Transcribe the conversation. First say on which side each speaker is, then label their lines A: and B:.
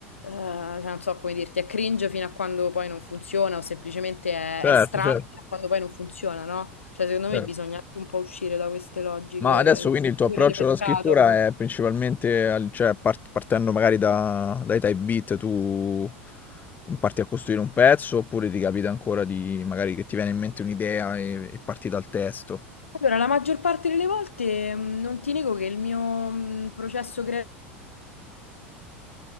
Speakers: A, on the left (about 80°); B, on the left (about 25°).
A: cioè, non so come dirti, è cringe fino a quando poi non funziona o semplicemente è,
B: certo,
A: è strano
B: certo.
A: fino a quando poi non funziona, no? Cioè, secondo me
B: certo.
A: bisogna anche un po' uscire da queste logiche,
B: Ma adesso
A: soprattutto
B: quindi il tuo approccio
A: di mercato.
B: alla scrittura è principalmente, al- cioè part- partendo magari da- dai type beat, tu parti a costruire un pezzo oppure ti capita ancora di magari che ti viene in mente un'idea e, e parti dal testo?
A: Allora, la maggior parte delle volte mh, non ti nego che il mio mh, processo creativo